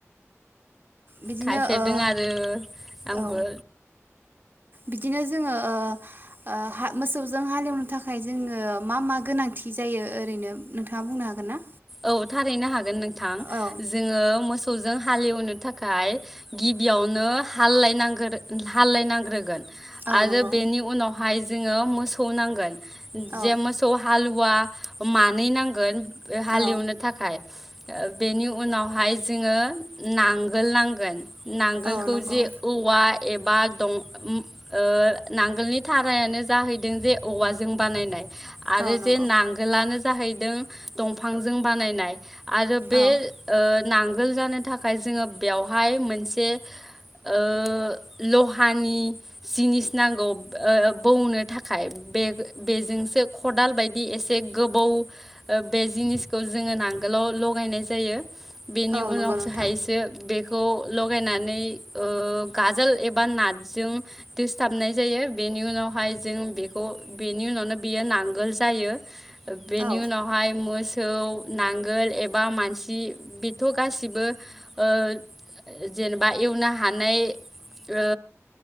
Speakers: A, on the right (about 45°); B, in the centre.
A: बिदिनो
B: गायफेरदों
A: ओ
B: आरो आंबो
A: औ बिदिनो जोङो ओ हा मोसौजों हालेवनो थाखाय जोङो मा मा गोनांथि जायो ओरैनो नोंथाङा बुंनो हागोन ना?
B: औ थारैनो हागोन नोंथां
A: औ
B: जोङो मोस मोसौजों हालेवनो थाखाय गिबियावनो हाललाय नांग्रो हाललायनांग्रोगोन।
A: औ
B: आरो
A: नंगौ
B: बेनि उनावहाय जोङो मोसौ नांगोन
A: औ
B: जे मोसौ हालु वा मानै नांगोन बे हालेवनो
A: औ
B: थाखाय बेनि उनावहाय जोङो नांगोल नांगोन। नांगोलखौ
A: औ नंगौ
B: जे औवा एबा दं ओम ओ नांगोलनि थारायानो जाहैदों जे औवाजों बानायनाय। आरो
A: औ नंगौ
B: जे नांगोलानो जाहैदों दंफांजों बानायनाय आरो बे
A: औ
B: ओ नांगोल जानो थाखाय जोङो बेवहाय मोनसे ओ लहानि जिनिस नांगौ ओ बौनो थाखाय बे-बेजोंसो खदाल बायदि एसे गोबौ बे जिनिसखौ जोङो नांगोलाव लगायनाय जायो बेनि
A: औ
B: उनावसो
A: नंगौ नोंथां
B: हायसो बे खौ लगायनानै ओ गाजोल एबा नाथजों दोसथाबनाय जायो बेनि उनावहाय जों बेखौ बेनि उनावनो बियो नांगोल जायो बेनि
A: औ
B: उनाव माय मोसौ नांगोल एबा मानसि बेथ' गासिबो ओ जेनेबा एवनो हानाय ओ